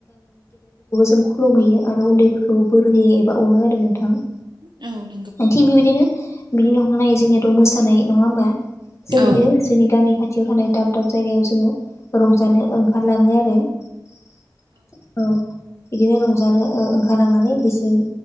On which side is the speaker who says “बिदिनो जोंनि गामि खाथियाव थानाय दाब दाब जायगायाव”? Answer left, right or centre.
Left